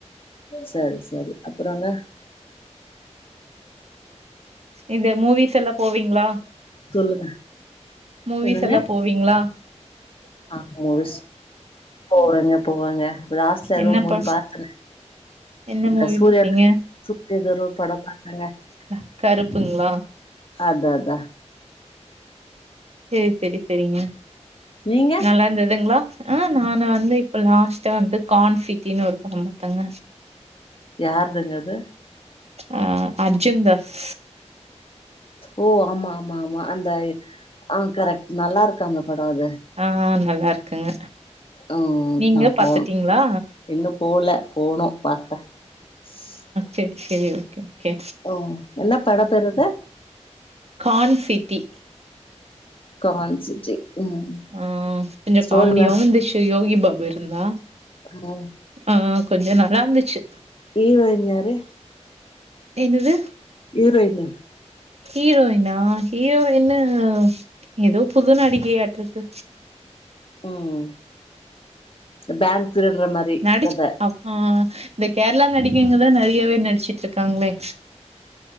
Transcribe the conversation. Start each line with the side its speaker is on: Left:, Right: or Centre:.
Left: சரி சரி அப்றோங்க
Right: இந்த மூவிஸ் எல்லா போவீங்ளா,
Left: சொல்லுங்க
Right: மூவிஸ்
Left: என்னங்க
Right: எல்லா போ விங்ளா
Left: ஆ மூவிஸ் போவேங்க போவாங்க லாஸ்ட்ல ஏதோ
Right: என்ன
Left: ஒரு மூவி
Right: ப
Left: பாத்த
Right: என்ன
Left: அந்த
Right: மூவி
Left: சூரியா
Right: பாத்தீங்க
Left: சூரியாது ஏதோ ஒரு பட பாத்தாங்க
Right: க கருப்புங்ளா
Left: அதா அதா
Right: சேரி சேரி சேரிங்க
Left: நீங்க
Right: நல்லா இருந்துதுங்ளா, ஆ நா நா வந்து இப்ப லாஸ்ட்ட வந்து கான் சிட்டினு ஒரு படம் பாத்தங்க
Left: யாருதுங்க அது
Right: அ அர்ஜுன்தாஸ்
Left: ஓ ஆமா ஆமா ஆமா அந்த ஆ கரெக்ட் நல்லா இருக்கு அந்த படம் அது
Right: ஆ நல்லா இருக்குங்க
Left: ம்
Right: நீங்க
Left: நா போணு
Right: பாத்துட்டீங்களா
Left: இன்னு போவல போணு பாக்க உஹம் <unintelligible>
Right: சேரி சேரி ஓகே ஓகே
Left: ஓ என்ன படம் பேரு அது
Right: கான்சிட்டி
Left: கான்சிட்டி ம்
Right: ஆ கொஞ்சோ
Left: ஸ்டோரினா
Right: காமெடியாவு இருந்துச்சு இது யோகி பாபு இருந்தா
Left: ஹலோ
Right: ஆ ஆ கொஞ்சோ நல்லா இருந்துச்சி
Left: ஹீரோயின் யாரு
Right: என்னது
Left: ஹீரோயினு
Right: ஹீரோயின்னா ஹீரோயின்னு ஏதோ புது நடிகையாட்ருக்கு
Left: உம் பேங்க் திருட்ற மாரி
Right: நடிச்
Left: கத
Right: அம்மா இந்த கேர்ளா நடிகைங்கதா நெறையவே நடிச்சுட்ருக்காங்ளே